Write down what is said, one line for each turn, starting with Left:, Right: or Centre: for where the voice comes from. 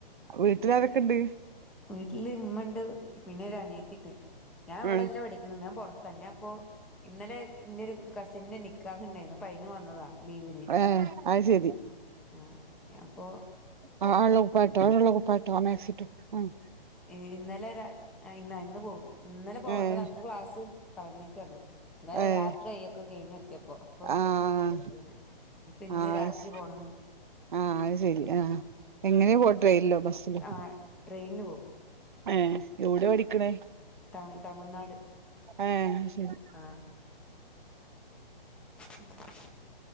Right: വീട്ട്ലാരൊക്കെണ്ട്?
Centre: അങ്ങനെ വീട്ടില് ഇമ്മണ്ട് പിന്നെ ഒര് അനിയത്തിണ്ട്. ഞാൻ ഇവടല്ല
Right: ഉം
Centre: പഠിക്ക്ന്നത് ഞാൻ പൊറത്താ ഞാൻ ഇപ്പൊ ഇന്നലെ ഇന്റെരു കസിന്റെ നി നിക്കാഹ്ണ്ടെന്നു അപ്പയിന് വന്നതാ ലീവിന്
Right: ഏഹ് അത് ശരി
Centre: ആഹ് ആഹ് ഞാൻ ഇപ്പൊ
Right: ആ ഇള്ള കുപ്പയട്ടോ ആ ഇള്ള കുപ്പയട്ടോ ആ മാക്സിട്ടോ ആഹ്
Centre: ഏഹ് ഇന്നലെ രാ ആഹ് ഇന്ന ഇന്ന് പോവും ഇന്നലെ പോകണ്ടതാ
Right: ഏഹ്
Centre: ഇന്ന് ക്ലാസ് കളഞ്ഞക്കാണ് ഇന്നലെ
Right: ഏഹ്
Centre: രാത്രി ആയി ഒക്കെ കഴിഞ്ഞെത്തിയപ്പോ അപ്പൊ
Right: ആഹ്
Centre: പോയില്ല ഇപ്പ ഇന്ന്
Right: ആഹ്
Centre: രാത്രി
Right: അത്
Centre: പോണം.
Right: ആഹ് അത് ശെരി ആഹ്എങ്ങനെയാ പോവാ ട്രയിനില്ലോ ബസ്സിലോ?
Centre: ആഹ് ട്രെയ്ല് പോകും.
Right: ഏഹ് ഒവ്ടെ പഠിക്ക്ണേ
Centre: ത തമിഴ്നാട്.
Right: ഏഹ് അത് ശെരി.
Centre: ആ <inaudible>